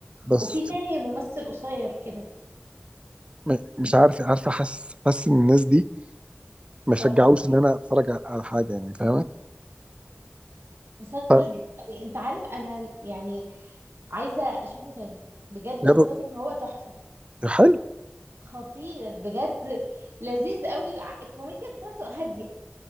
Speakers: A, on the right; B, on the right.
A: بس
B: وفي تاني ممثل قصير كده
A: م- مش عارف عارفه حاسس حاسس ان الناس دي ما شجعوش
B: اه
A: ان انا اتفرج ع- على حاجة يعني فاهمة؟
B: مسلسل
A: طب
B: جامد أوي. انت عارف انا يعني عايزه اشوفه تاني بجد
A: جابوا-
B: من كتر ما هو تحفه
A: حلو
B: خطير بجد لذيذ قوي ع- الكوميديا بتاعته هاديه